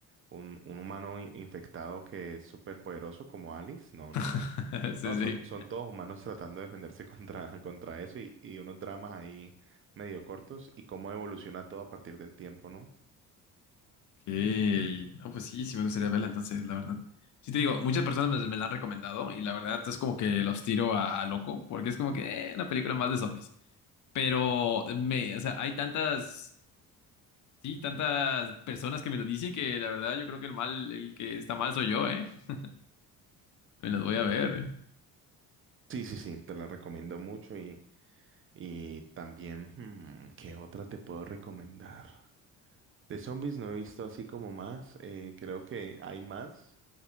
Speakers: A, on the right; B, on the left.
A: un, un humano in- infectado que es súper poderoso como Alice. No, no, no.
B: <laughs> Sí,
A: No,
B: sí.
A: son, son todos humanos <laughs> tratando de defenderse <laughs> contra, contra eso y, y unos dramas ahí medio cortos y cómo evoluciona todo a partir del tiempo, ¿no?
B: Ok. No, pues sí, sí me gustaría verla, entonces, la verdad. Sí te digo, muchas personas me, me la han recomendado y la verdad es como que los tiro a, a loco, porque es como que eh, una película más de zombies. Pero eh, me, o sea, hay tantas, sí, tantas personas que me lo dicen que la verdad yo creo que el mal, el que está mal soy yo, ¿eh? <laughs> Me las voy a ver.
A: Sí, sí, sí, te la recomiendo mucho y, y también, hmm, ¿qué otra te puedo recomendar? De zombies no he visto así como más, eh, creo que hay más.